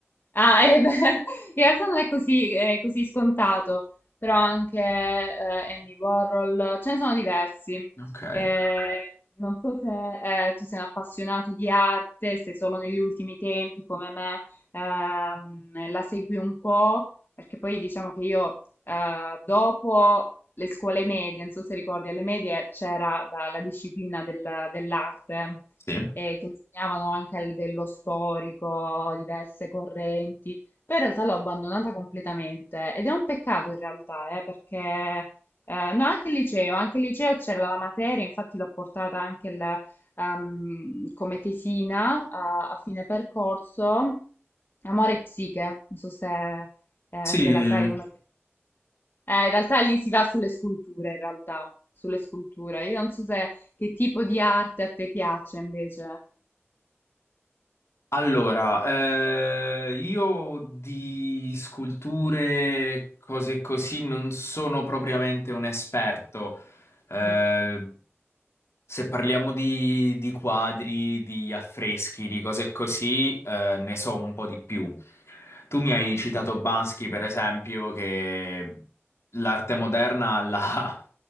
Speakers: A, on the left (about 50°); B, on the left (about 75°).
A: Ah, eh, beh, <laughs> in realtà non è così, eh, così scontato, però anche eh, Andy Warhol, ce ne sono diversi.
B: Ok.
A: Eh, non so se eh, tu sei un appassionato di arte, se solo negli ultimi tempi come me ehm, la segui un po' perché poi diciamo che io eh, dopo le scuole medie, non so se ricordi, alle medie c'era la, la disciplina del- dell'arte
B: Sì.
A: eh, che insegnavano anche a livello storico diverse correnti, poi in realtà l'ho abbandonata completamente ed è un peccato in realtà, eh, perché eh, no, anche il liceo, anche il liceo c'era la materia, infatti l'ho portata anche il- ehm, come tesina a, a fine percorso, Amore e psiche, non so se eh,
B: Sì,
A: se la sai una... Eh, in realtà lì si va sulle sculture, in realtà, sulle sculture. Io non so se che tipo di arte a te piace invece.
B: allora, eh, io di sculture, cose così, non sono propriamente un esperto. Eh,
A: Mm.
B: se parliamo di, di quadri, di affreschi, di cose così, eh, ne so un po' di più. Tu mi hai citato Bansky, per esempio, che l'arte moderna la,